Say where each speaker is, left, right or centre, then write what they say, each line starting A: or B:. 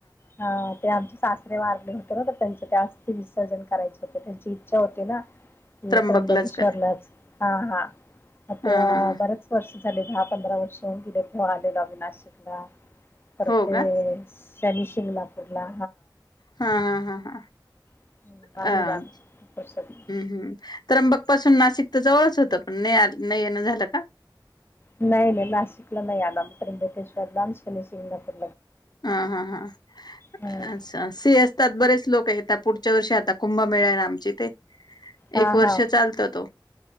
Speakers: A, on the left; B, on the left.
A: हा ते आमचे सासरे मारले होते ना त्यांचे ते अस्ती विसर्जन कराय हो त्यांची इच्छा होती ना की
B: त्र्यंबकलाच
A: त्र्यंबकेश्वरलाच
B: का
A: हा हा.
B: हा
A: तेव्हा
B: हा हा.
A: बरेच वर्ष झाले दहा, पंधरा वर्ष होऊन गेले तेव आलेलो आम्ही नाशिकला. परते
B: हो का
A: ते शनिशिंगणापूरला.
B: हा हा हा.
A: हम्म, आलेलो
B: अ हम्
A: आम्ही खूप वर्षांनी
B: हम्म त्र्यंबक पासून नाशिक तर जवळच होतं, पण नाही आ नाही येन झालं का.
A: नाही नाही नासिकला नाही आला म तंबकेश्वर ला आणि शनिशिंगणापूर ला.
B: हा हा हा
A: हम्म
B: अच्छा अ से असतात बरेच लोक. का आता पुढच्या वर्षी आता कुंभ मेळा आहे, ना आमच्या इथे.
A: हा
B: एक वर्ष
A: हा
B: चालतं तो